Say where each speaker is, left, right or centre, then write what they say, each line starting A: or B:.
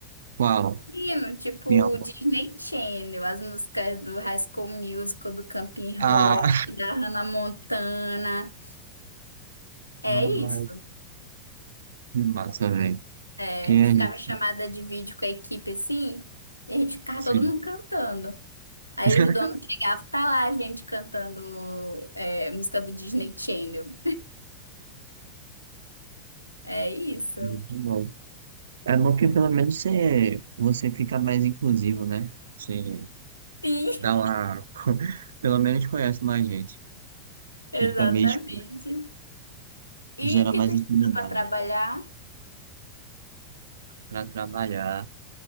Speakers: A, on the right; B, on the left.
A: Qual?
B: Menino, tipo
A: Tem al-
B: Disney Channel, as músicas do High School Musical, do Camping Rock,
A: Ah, <laughs>
B: da Hannah Montana. É
A: mano,
B: isso.
A: que massa, velho.
B: É,
A: Que é
B: ficava
A: isso?
B: chamada de vídeo com a equipe assim, e a gente ficava
A: Sim.
B: todo mundo cantando. Aí
A: <laughs>
B: os donos chegavam, tá lá a gente cantando é, música do Disney Channel. É isso.
A: Muito bom. É bom que pelo menos você, você fica mais inclusivo, né? Você
B: Sim,
A: dá uma. <laughs> Pelo menos conhece mais gente,
B: <laughs> exatamente.
A: que também tipo,
B: E
A: gera
B: o que
A: mais
B: tu
A: intimidade.
B: estuda para trabalhar?
A: para trabalhar.